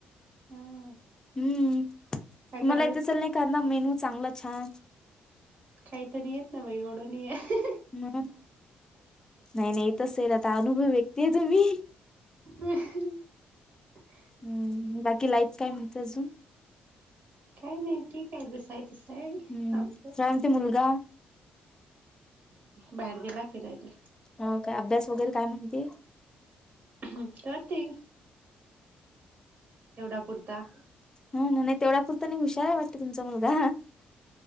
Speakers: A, on the right; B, on the left.
A: हा
B: हम्म
A: काय करत
B: मला येत असल नाही एखादा मेनू चांगला छान.
A: काही तर नाही येत ना बाई एवढं नाही आहे.
B: हम नाही नाही येतसेल आता अनुभव व्यक्तीय तुम्ही.
A: हम
B: हम्म बाकी लाईफ काय म्हणत अजून?
A: काही नाही ठीक आहे जसं आहे तसं. आहे
B: हम्म
A: आमचं
B: चालते मुलगा
A: बाहेर गेला फिराय ला.
B: हो काय अभ्यास वगैरे काय म्हणते.
A: हम् करते. एवढा पुरता
B: हा ना नाही तेवढा पुुरता नाही हुशार वाटत तुमचा मुलगा.